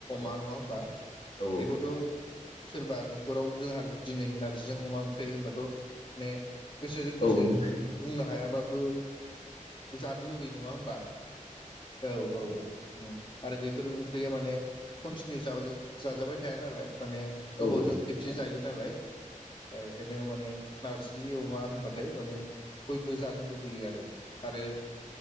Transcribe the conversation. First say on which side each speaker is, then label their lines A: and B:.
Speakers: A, on the left (about 40°); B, on the left (about 55°).
A: नङा होमबा।
B: औ
A: बेखौथ सोरबा नखराव जोंहा दिनै नारजिजों अमा ओंख्रै होनबाथ ने गोसोजों गोसो
B: औ
A: बुंनो हायाबा बो जानो लुबैयो नङा होमबा? औ औ औ। ओम आरो बेफोर ओंख्रैया माने कनटिनिउ जाबा जा जाबाय थाया नालाय। माने
B: औ
A: गोबावजों
B: औ
A: खेबसे जायो नालाय ओ एखोनो माने नारजि अमा होनबाथाय माने बयबो जानो लुबैयो आरो आरो